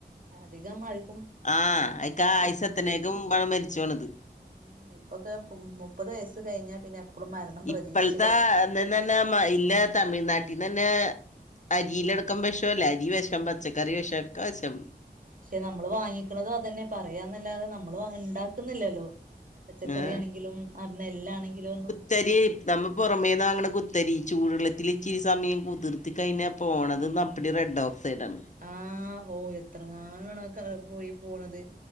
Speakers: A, on the right; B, on the left.
A: അധികം ആരക്കും
B: ആഹ് അയിക്ക ആയുസത്തനേക്കും പഴ മരിച്ചോണത്
A: ഉം ഇപ്പൊക്കെ മുപ്പത് വയസ്സ് കഴിഞ്ഞാ പിന്നെ എപ്പഴും മരണം പ്രതീക്ഷിച്ച്
B: ഇപ്പോഴത്തെ
A: കഴിയാം
B: തന്നെ മയില്ല തമിഴ്നാട്ടിന്ന് തന്നെ അരീലൊടുക്കം വെഷല്ലേ അരി വെഷം പച്ച കറി വെഷം ഒക്ക വെഷം
A: ക്ഷെ നമ്മള് വാങ്ങിക്കണതും അതന്നെ പറയാന്നല്ലാതെ നമ്മള് ഉണ്ടാക്കുന്നില്ലല്ലോ പച്ചക്കറി
B: ഏഹ്
A: ആണെങ്കിലും അ നെല്ലാണെങ്കിലും ഒന്നും
B: ത്തരി നമ്മ പുറമേന്നാങ്ങണ കുത്തരി ചൂടുള്ളത്തില് ഇച്ചിരി സമയം കുതിർത്തി കഴിഞ്ഞ പോണത്ന്ന് അപ്പടി റെഡ് ഓക്സൈഡ് ആണ്
A: ആഹ് ഓഹ് എത്രങ്ങാലണ പോയി പോണത്